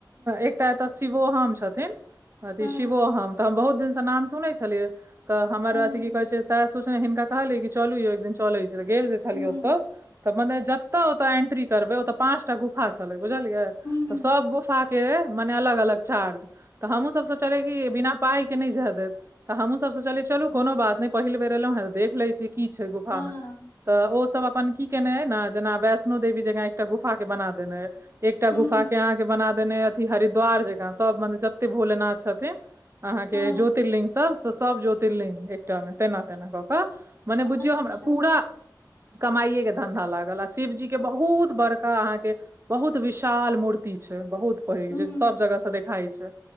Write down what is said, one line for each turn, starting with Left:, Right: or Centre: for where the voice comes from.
Right: एकटा एतऽ शिवोहम छथि, अथी
Left: हँ
Right: शिवोहम तऽ हम बहुत दिनसँ नाम सुनै छी। तऽ हमर
Left: हँ
Right: अथ
Left: हँ
Right: की कहै छै? सोचने हिनका कहलियै कि चलू यौ, एक दिन चल गेल जे छलियै
Left: हूँ
Right: ओतऽ। तऽ मने जतेक ओतऽ एंट्री करबै, ओतऽ पाँचटा गुफा छै। बुझलियै,
Left: हँ
Right: सभ गुफाकेँ मने अलग अलग चार्ज छै तऽ हमहुँ सभ सोचलियै। चले कि बिना पाईके नहि जे देत, तऽ हमहुँ सभ सोचलियै, चलू कोनो बात नहि, पहिल बेर एलहुँ हे, देख लै छी। की छै गुफामे
Left: हँ
Right: तऽ ओसभ अपन की केने हइ ने, जेना वैष्णो देवी जकाँ एकटा गुफा बना देने हइ। एकटा
Left: हूँ
Right: गुफा के अहाँ के बना देने अथी हरिद्वार जकाँ सब माने जते भोलेनाथ छथिन अहाँ के
Left: हँ
Right: ज्योतिर्लिंग सब से सब ज्योतिर्लिंग एकटा मे तेना तेनाके त मने बुझियौ
Left: अच्छा
Right: हमरा पूरा कमाइएके धन्धा लागल आ शिवजी के बहुत बड़का अहाँके बहुत विशाल मूर्ति छै बहुत पैघ
Left: हूँ
Right: जे सब जगह से देखाइ छै